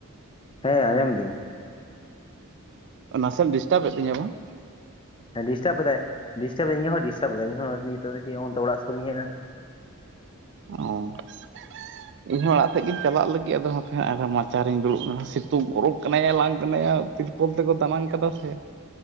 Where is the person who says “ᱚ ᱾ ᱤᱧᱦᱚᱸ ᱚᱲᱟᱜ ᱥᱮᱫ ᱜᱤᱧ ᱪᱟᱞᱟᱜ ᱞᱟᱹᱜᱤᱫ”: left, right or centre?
Right